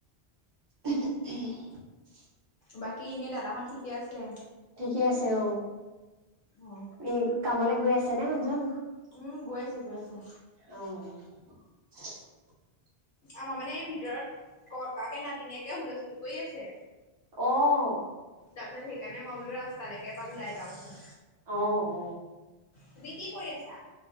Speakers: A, on the right; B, on the left.
A: <inaudible>
B: বাকী ইনেই দাদাহঁত ঠিকে আছে?
A: ঠিকে আছে ঔ
B: অ
A: এই কামলে গৈ আছ আছে নে মানুহজন
B: উম গৈ আছো গৈ আছো।
A: অহ
B: আমাৰ মানে এই ভিতৰত ক তাকে নাতিনীয়েকে হুলস্থূল কৰি আছে
A: অঁ
B: তাৰপিছত সেইকাৰণে মই বোলো ৰাস্ত লে। এপাক ওলাই যাওঁচোন।
A: অহ অ।
B: তুমি কি কৰি আছা।